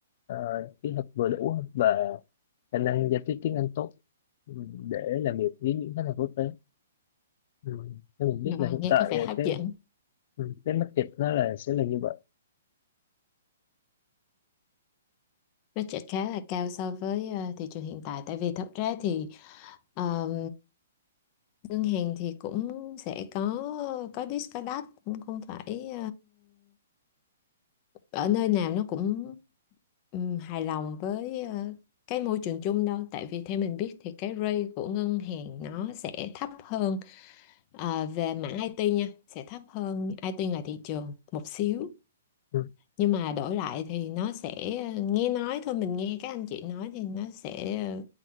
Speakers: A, on the left (about 50°); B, on the left (about 35°).
A: Ờ, kỹ thuật vừa đủ và khả năng giao tiếp tiếng Anh tốt ừ, để làm việc với những khách hàng quốc tế ừ. Thế mình biết là
B: Ờ,
A: hiện
B: nghe
A: tại
B: có vẻ
A: ờ,
B: hấp
A: cái
B: dẫn
A: ừ, cái market nó là sẽ là như vậy
B: budget khá là cao so với ờ, thị trường hiện tại tại vì thật ra thì ờ, ngân hàng thì cũng sẽ có có discount cũng không phải ở nơi nào nó cũng ừm, hài lòng với ờ, cái môi trường chung đâu tại vì theo mình biết thì cái rate của ngân hàng nó sẽ thấp hơn ờ, về mảng IT nha sẽ thấp hơn IT ngoài thị trường một xíu
A: ừ.
B: nhưng mà đổi lại thì nó sẽ nghe nói thôi mình nghe các anh chị nói thì nó sẽ